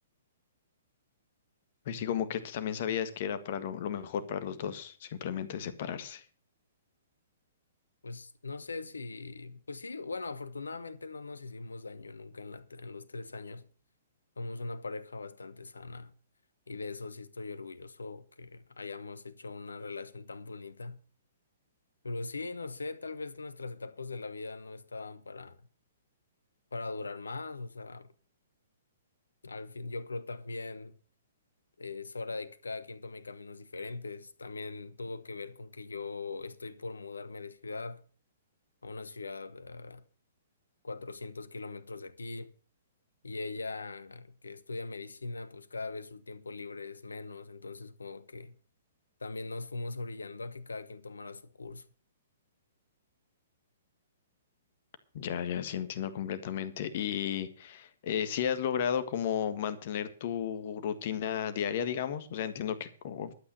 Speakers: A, on the left; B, on the left.
A: Pues sí, como que también sabías que era para lo, lo mejor para los dos, simplemente separarse.
B: Pues no sé si, pues sí, bueno, afortunadamente no nos hicimos daño nunca en la, en los tres años. Somos una pareja bastante sana y de eso sí estoy orgulloso que hayamos hecho una relación tan bonita. Pero sí, no sé, tal vez nuestras etapas de la vida no estaban para, para durar más. O sea, al fin, yo creo también. es hora de que cada quien tome caminos diferentes. También tuvo que ver con que yo estoy por mudarme de ciudad a una ciudad a 400 kilómetros de aquí y ella que estudia medicina, pues cada vez su tiempo libre es menos, entonces como que también nos fuimos orillando a que cada quien tomara su curso.
A: Ya, ya, sí entiendo completamente. ¿Y eh, si has logrado como mantener tu rutina diaria, digamos? O sea, entiendo que como-